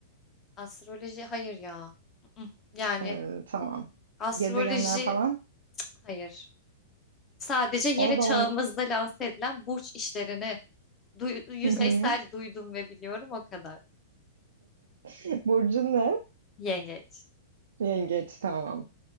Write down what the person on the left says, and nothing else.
Astroloji hayır ya. Mm-mm. Yani
astroloji
hayır. Sadece yeni
çağımızda lanse edilen burç işlerini Duy- yüzeysel
duydum ve biliyorum o kadar.
Yengeç.